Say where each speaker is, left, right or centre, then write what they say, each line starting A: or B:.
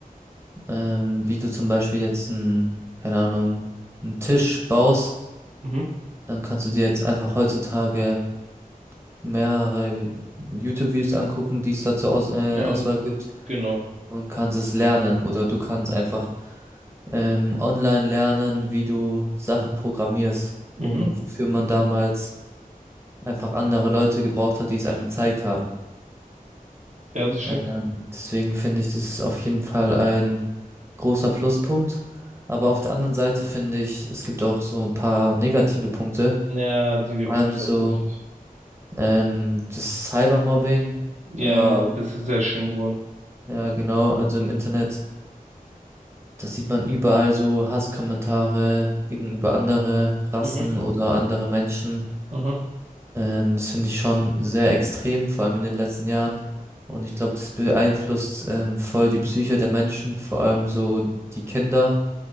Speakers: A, on the right; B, on the right.
A: ähm, wie du zum Beispiel jetzt einen, keine Ahnung, einen Tisch baust,
B: Mhm.
A: dann kannst du dir jetzt einfach heutzutage mehrere YouTube-Videos angucken, die es dazu aus, äh,
B: Ja,
A: Auswahl gibt.
B: genau.
A: und kannst es lernen oder du kannst einfach ähm, online lernen, wie du Sachen programmierst,
B: Mhm.
A: wo, wofür man damals einfach andere Leute gebraucht hat, die es einem gezeigt haben.
B: Ja, das stimmt.
A: Ähm, deswegen finde ich, das ist auf jeden Fall ein großer Pluspunkt. Aber auf der anderen Seite finde ich, es gibt auch so ein paar negative Punkte.
B: Ja, die gibt
A: Vor allem
B: es
A: so
B: tatsächlich.
A: ähm, das Cybermobbing.
B: Ja,
A: Äh,
B: das ist sehr schlimm geworden.
A: ja, genau, also im Internet. Das sieht man überall so Hasskommentare gegenüber andere Rassen
B: Mhm.
A: oder andere Menschen.
B: Mhm.
A: Ähm, das finde ich schon sehr extrem, vor allem in den letzten Jahren. Und ich glaube, das beeinflusst ähm, voll die Psyche der Menschen, vor allem so die Kinder